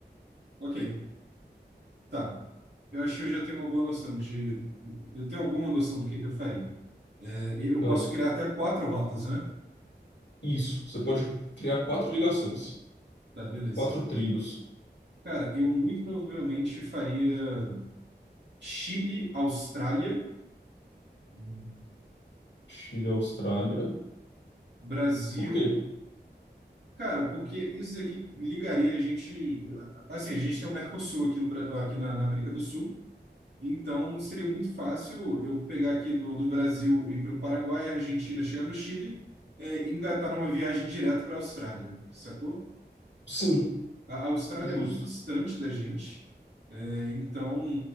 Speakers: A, on the right; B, on the left.
A: ok. Tá. Eu acho que eu já tenho uma boa noção de. Eu tenho alguma noção do que que eu faria. É, e eu posso
B: Ah,
A: criar até quatro rotas, né?
B: isso. Você pode criar quatro ligações,
A: Tá, beleza.
B: quatro trilhos.
A: Cara, eu muito provavelmente faria Chile, Austrália, Hum,
B: Chile,
A: aqui.
B: Austrália.
A: Brasil.
B: Por quê?
A: Cara, porque isso aqui ligaria a gente. Assim, a gente tem o Mercosul aqui, no, Bra- aqui na, na América do Sul. Então, seria muito fácil eu pegar aqui do, do Brasil, ir para o Paraguai, Argentina, chegar no Chile, é, e engatar numa viagem direto para a Austrália, sacou?
B: Sim,
A: A a Austrália
B: justo.
A: é muito distante da gente, é, então,